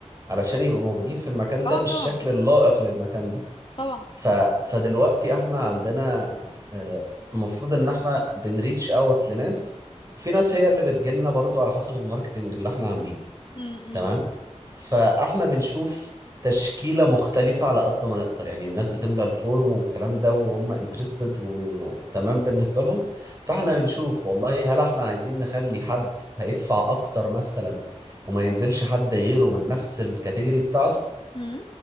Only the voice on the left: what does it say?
اه
طبعا
طبعا
امم
امم